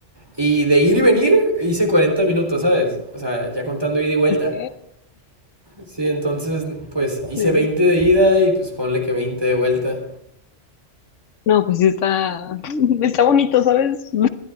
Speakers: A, on the right (about 20°); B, on the left (about 85°).
A: y de ir y venir hice 40 minutos, ¿sabes? O sea, ya contando ida y vuelta.
B: Ok,
A: Sí, entonces, pues hice
B: sí.
A: 20 de ida y pues ponle que 20 de vuelta.
B: No, pues sí está, <laughs> está bonito, ¿sabes? <laughs>